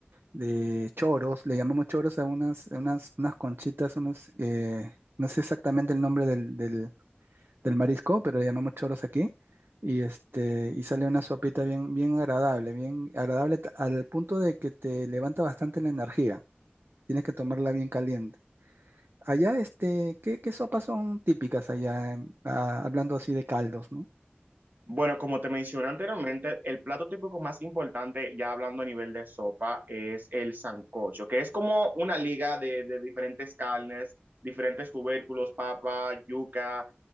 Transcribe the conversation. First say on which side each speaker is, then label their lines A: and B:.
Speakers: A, on the right; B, on the right.
A: De choros, le llamamos choros a unas, a unas, unas conchitas, unos, eh, no sé exactamente el nombre del, del, del marisco, pero le llamamos choros aquí. Y, este, y sale una sopita bien, bien agradable, bien agradable t- al punto de que te levanta bastante la energía. Tienes que tomarla bien caliente. Allá, este, ¿qué, qué sopas son típicas allá? em, ah, hablando así de caldos, ¿no?
B: Bueno, como te mencioné anteriormente, el plato típico más importante, ya hablando a nivel de sopa, es el sancocho, que es como una liga de, de diferentes carnes, diferentes tubérculos, papa, yuca,